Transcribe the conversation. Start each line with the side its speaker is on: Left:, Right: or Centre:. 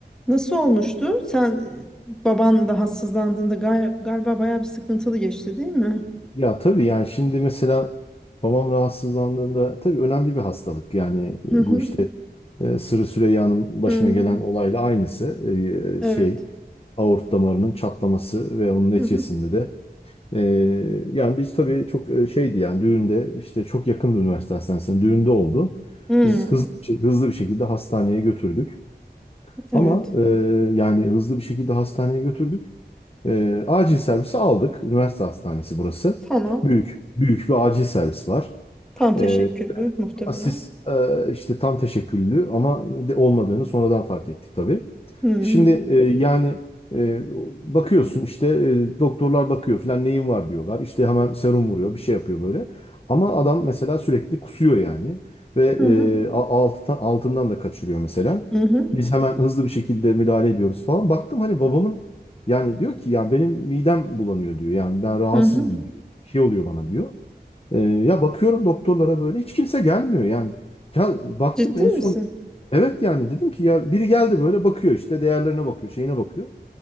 Centre: Nasıl olmuştu? Sen e, baban rahatsızlandığında gay- galiba bayağı bir sıkıntılı geçti, değil mi?
Left: Ya tabii yani şimdi mesela babam rahatsızlandığında tabii önemli bir hastalık. Yani
Centre: Hı
Left: e,
Centre: hı.
Left: bu işte e, Sırrı Süreyya'nın başına
Centre: Hı.
Left: gelen olayla aynısı.
Centre: Evet.
Left: E, şey aort damarının çatlaması ve onun neticesinde
Centre: Hı hı.
Left: de e, yani biz tabii çok e, şeydi yani düğünde işte çok yakındı üniversite hastanesine düğünde oldu.
Centre: Hı.
Left: Biz hızlı, hızlı bir şekilde hastaneye götürdük.
Centre: Evet.
Left: Ama e, yani hızlı bir şekilde hastaneye götürdük. Ee, acil servisi aldık. Üniversite hastanesi burası.
Centre: Tamam.
Left: Büyük, büyük bir acil servis var.
Centre: Tam teşekküllü
Left: Ee,
Centre: muhtemelen.
Left: Asist e, işte tam teşekküllü ama de olmadığını sonradan fark ettik tabii.
Centre: Hı hı.
Left: Şimdi e, yani e, bakıyorsun işte e, doktorlar bakıyor falan neyin var diyorlar. İşte hemen serum vuruyor bir şey yapıyor böyle. Ama adam mesela sürekli kusuyor yani ve
Centre: Hı
Left: e, a- altı- altından da kaçırıyor mesela.
Centre: hı.
Left: Biz hemen hızlı bir şekilde müdahale ediyoruz falan. Baktım hani babamın yani diyor ki yani benim midem bulanıyor diyor. Yani ben rahatsızım
Centre: Hı hı.
Left: diyor. Bir şey oluyor bana diyor. Ee, ya bakıyorum doktorlara böyle hiç kimse gelmiyor yani. Ya baktım
Centre: Ciddi
Left: en son
Centre: misin?
Left: evet yani dedim ki ya biri geldi böyle bakıyor işte değerlerine bakıyor şeyine bakıyor.